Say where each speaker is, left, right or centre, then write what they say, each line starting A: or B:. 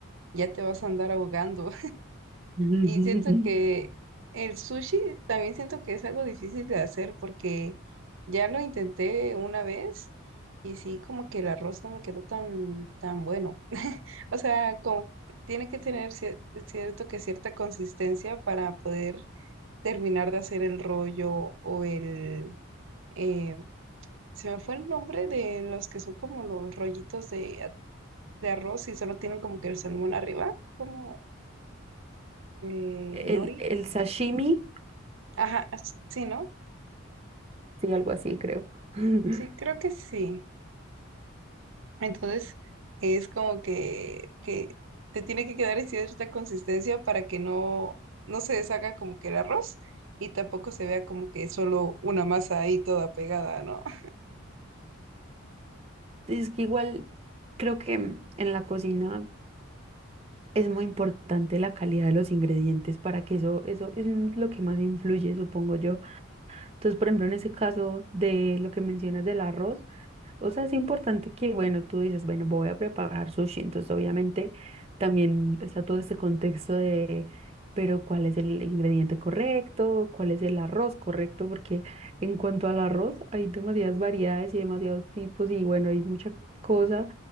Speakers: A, on the right; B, on the right.
A: ya te vas a andar ahogando.
B: <laughs> Ujú.
A: Y siento que el sushi también siento que es algo difícil de hacer porque ya lo intenté una vez y sí, como que el arroz no me quedó tan, tan bueno. <laughs> O sea, como tiene que tener cier- cierto que cierta consistencia para poder terminar de hacer el rollo o el... eh, se me fue el nombre de los que son como los rollitos de, a- de arroz y solo tienen como que el salmón arriba, como eh, nori.
B: El, el sashimi,
A: Ajá, sí, ¿no?
B: sí, algo así, creo. <laughs>
A: Sí, creo que sí. Entonces, es como que, que te tiene que quedar en cierta consistencia para que no, no se deshaga como que el arroz y tampoco se vea como que solo una masa ahí toda pegada, ¿no? <laughs>
B: Es que igual creo que en la cocina. Es muy importante la calidad de los ingredientes para que eso, eso es lo que más influye, supongo yo. Entonces, por ejemplo, en ese caso de lo que mencionas del arroz, o sea, es importante que, bueno, tú dices, bueno, voy a preparar sushi, entonces obviamente también está todo ese contexto de, pero ¿cuál es el ingrediente correcto? ¿Cuál es el arroz correcto? Porque en cuanto al arroz, hay demasiadas variedades y demasiados tipos y bueno, hay mucha cosa,